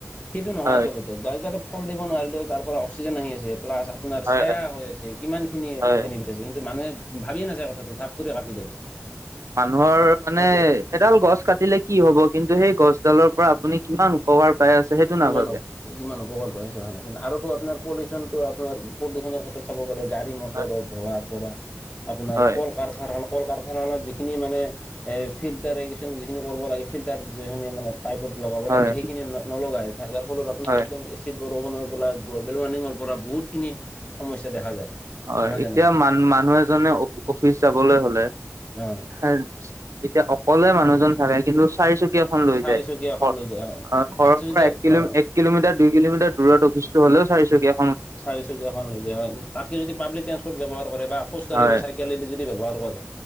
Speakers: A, on the left; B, on the right.
A: সেইটো নহয়
B: হয়
A: আচলতে গাছডালে ফল দিব নোৱাৰিলেও তাৰ পৰা অক্সিজেন আহি আছে। প্লাচ আপোনাৰ
B: হয়
A: চায়া হৈ আছে। কিমানখিনি
B: হয়
A: বেনিফিট আছে। কিন্তু মানুহে ভাবিয়ে নাচায় কথাটো, ধাপ কৰি কাটি দিয়ে।
B: মানুহৰ মানে
A: সেইটোৱে
B: এডাল গছ কাটিলে কি হ'ব, কিন্তু সেই গছডালৰ পৰা আপুনি কিমান উপকাৰ পাই আছে সেইটো
A: কিমান
B: নাভাবে।
A: হ'ব কিমান উপকাৰ পাই আছে হয় না, আৰু টো আপোনাৰ পলিউচনটো আপোনাৰ প্ৰদূষণৰ ক্ষেত্ৰত ক'ব গ'লে গাড়ী মটৰৰ
B: হয়
A: ধোঁৱাৰ পৰা, আপোনাৰ
B: হয়
A: কল কাৰখানা কল কাৰখানাত যিখিনি মানে এ ফিল্টাৰ <unintelligible> যিখিনি কৰিব লাগে ফিল্টাৰ যিখিনি মানে। পাইপত লগাব
B: হয়
A: লাগে সেইখিনি ন নলগাই যাৰ ফলত আপোনাৰ
B: হয়
A: একদম এচি এছিড বৰষুণৰ পৰা গ্ল'বেল ৱাৰ্মিঙৰ পৰা বহুতখিনি সমস্যা দেখা যায়।
B: হয়
A: নহয়
B: এতিয়া
A: জানো
B: মান মানুহ এজনে অ অফিচ যাবলৈ হলে
A: অঁ
B: চাই এতিয়া অকলে মানুহজন থাকে কিন্তু চাৰি চকী খন লৈ
A: চাৰিচকীয়া
B: যায়
A: এখন
B: ঘৰ
A: লৈ যায়
B: অ', ঘৰৰ
A: তাতছে
B: পৰা
A: যদি
B: এক কিলোম
A: অঁ
B: এক কি কিলোমিটাৰ দুই কিলোমিটাৰ দূৰত অফিচটো হ'লেও চাৰী চকীয়া
A: চাৰি চকীয়াখন লৈ যায় হয় তাতকৈ যদি পাব্লিক ট্ৰান্সপ'ৰ্ট ব্যৱহাৰ কৰে বা খোজকাঢ়ি
B: হয়
A: বা চাইকেল। কেলেদি যদি ব্যৱহাৰ কৰে